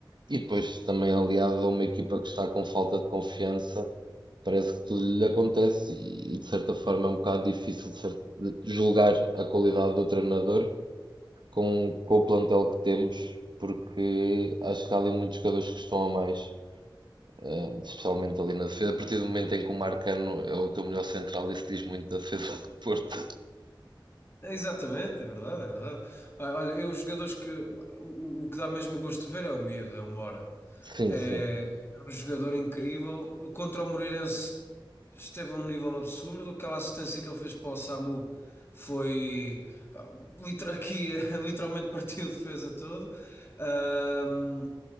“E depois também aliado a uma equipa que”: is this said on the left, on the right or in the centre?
Right